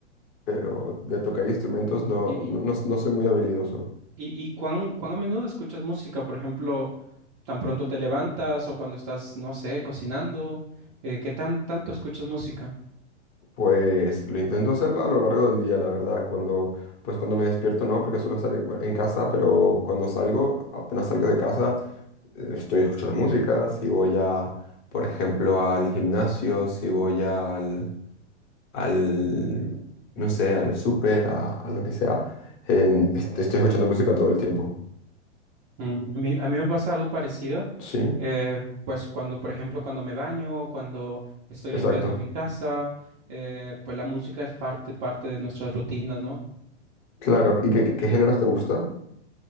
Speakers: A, on the left; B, on the right.
A: pero de tocar instrumentos no,
B: ¿Y,
A: no, no no soy muy habilidoso.
B: y, y cuán, cuán a menudo escuchas música? Por ejemplo, tan pronto te levantas o cuando estás, no sé, cocinando, eh, ¿qué tan, tanto escuchas música?
A: Pues lo intento hacerlo a lo largo del día, la verdad. Cuando, pues cuando me despierto no, porque suelo estar en bueno, en casa, pero cuando salgo, apenas salgo de casa, eh, estoy escuchando música. Si voy a, por ejemplo, al gimnasio, si voy al, al, no sé, al súper, a, a lo que sea, eh, est- estoy escuchando música todo el tiempo.
B: Mm, A mí, a mí me pasa algo parecido,
A: Sí,
B: eh, pues cuando, por ejemplo, cuando me baño, cuando estoy
A: exacto.
B: limpiando mi casa, eh, pues la música es parte, parte de nuestras rutinas, ¿no?
A: Claro. ¿Y qué, qué- qué géneros te gusta?